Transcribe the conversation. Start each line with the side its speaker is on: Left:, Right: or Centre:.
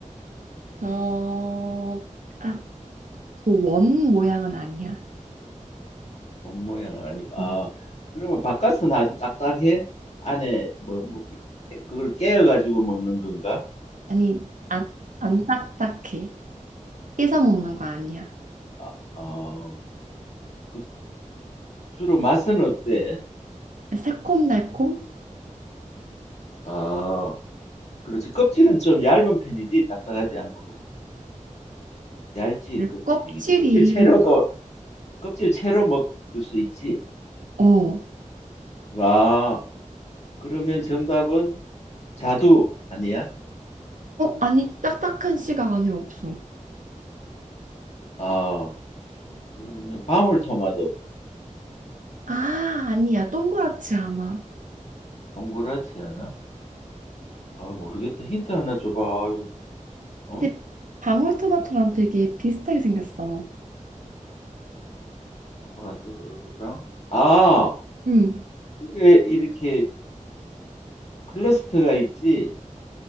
Right: 어, 아, 그 원 모양은 아니야.
Left: 본 모양 아니고.
Right: 응.
Left: 아, 그러면 바깥은 아주 딱딱해? 안에 뭐, 뭐 그걸 깨어 가지고 먹는 건가?
Right: 아니, 안, 안 딱딱해. 깨서 먹는 거 아니야.
Left: 아, 어, 그 주로 맛은 어때?
Right: 새콤달콤?
Left: 아, 그렇지. 껍질은 좀 얇은 편이지, 딱딱하지 않고. 얇지,
Right: 내
Left: 껍질이.
Right: 껍질이
Left: 그지? 껍질 채로도, 껍질 채로 먹을 수 있지.
Right: 어, 어,
Left: 아, 그러면 정답은 자두 아니야?
Right: 아니, 딱딱한 씨가 안에 없어.
Left: 아, 그러면 방울토마토.
Right: 아, 아니야. 동그랗지 않아.
Left: 동그랗지 않아? 아, 모르겠다. 힌트 하나 줘봐. 아유, 어?
Right: 근데 방울토마토랑 되게 비슷하게 생겼어.
Left: 방울토마토랑. 아,
Right: 응.
Left: 그게 이렇게 클러스터가 있지?